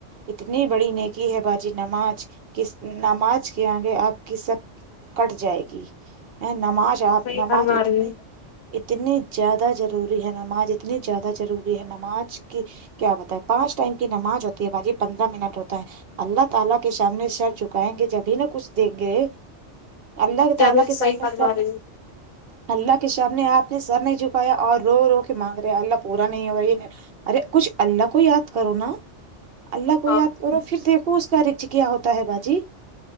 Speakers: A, on the right; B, on the left.
A: اتنی بڑی نیکی ہے باجی نماز ک نماز کے آگے آپ کی سب کٹ جائے گی ا نماز آپ
B: صحیح
A: نماز
B: فرما
A: اتنی
B: رہی ہوں
A: اتنی زیادہ ضروری ہے نماز اتنی زیادہ ضروری ہے نماز کی کیا بتائیں ہے پانچ ٹائم کی نماز ہوتی ہے باجی پندرہ منٹ ہوتا ہے اللہ تعالی کے سامنے سر جھکائیں گے جبھی نہ کچھ دیں گے اللہ تعالی
B: چلو
A: کے سا
B: صحیح
A: منے
B: فرما
A: سنے
B: رہی ہوں
A: اللہ کے سامنے اپ نے سر نہیں جھکایا اور رو رو کے مانگ رہے اللہ پورا نہیں ہو رہا یہ ارے کچھ اللہ کو یاد کرو نا اللہ کو
B: ہاں
A: یاد کرو پھر دیکھو اس کا رچ کیا ہوتا ہے باجی